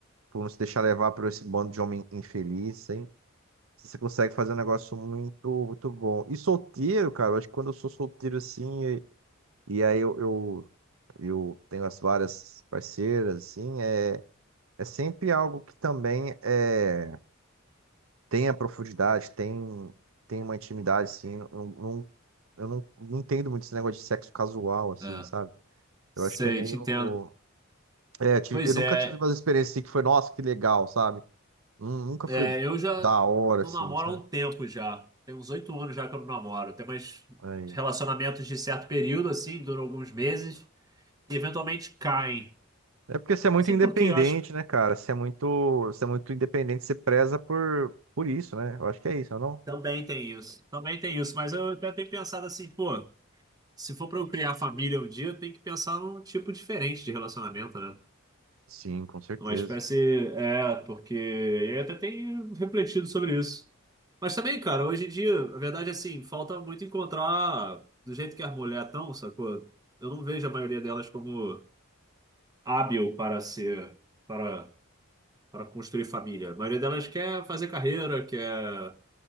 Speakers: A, on the right; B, on the right.
A: por não se deixar levar por esse bando de homem infeliz, hein? Você consegue fazer um negócio muito, muito bom. E solteiro, cara, eu acho que quando eu sou solteiro assim. é, e aí eu, eu, eu tenho as várias parceiras, assim, é, é sempre algo que também é, tem a profundidade, tem, tem uma intimidade, assim, eu, não, eu não, não entendo muito esse negócio de sexo casual, assim,
B: É.
A: sabe?
B: Sei,
A: Eu acho que é meio...
B: te entendo.
A: É, eu tive-
B: Pois
A: eu nunca
B: é.
A: tive umas experiências assim que foi, nossa, que legal, sabe? Nu- Nunca
B: É,
A: foi
B: eu já
A: da hora,
B: não
A: assim,
B: namoro
A: sabe?
B: há um tempo já. Tem uns oito anos já que eu não namoro. Tem mais
A: Aí.
B: relacionamentos de certo período, assim, duram alguns meses e eventualmente caem.
A: É porque você é muito
B: Sei
A: independente,
B: por quê, eu acho que
A: né, cara? Você é muito, você é muito independente, você preza por, por isso, né? Eu acho que é isso, não?
B: também tem isso. Também tem isso, mas eu até tenho pensado assim, pô, se for pra eu criar família um dia, eu tenho que pensar num tipo diferente de relacionamento, né?
A: Sim, com certeza.
B: É Uma espécie. É, porque eu até tenho refletido sobre isso. Mas também, cara, hoje em dia, a verdade é assim, falta muito encontrar do jeito que as mulheres estão, sacou? Eu não vejo a maioria delas como hábil para ser, para, para construir família. A maioria delas quer fazer carreira, quer.